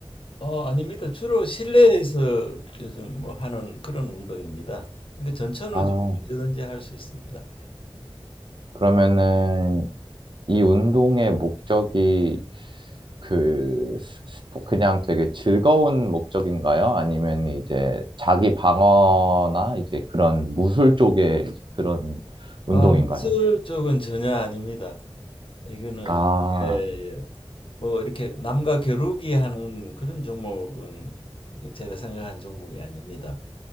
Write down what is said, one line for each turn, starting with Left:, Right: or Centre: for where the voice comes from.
Left: 어, 아닙니다. 주로 실내에서 요즘 뭐 하는 그런 운동입니다. 그러니까 전천후
Right: 아,
Left: 좀 언제든지 할 수 있습니다.
Right: 그러면은 이 운동의 목적이 그 스- 스포- 그냥 되게 즐거운 목적인가요? 아니면 이제 자기 방어나 이제 그런 무술 쪽의 그런 운동인가요?
Left: 아, 무술 쪽은 전혀 아닙니다. 이거는
Right: 아,
Left: 예, 예. 뭐 이렇게 남과 겨루기 하는 그런 종목은 제가 생각한 종목이 아닙니다.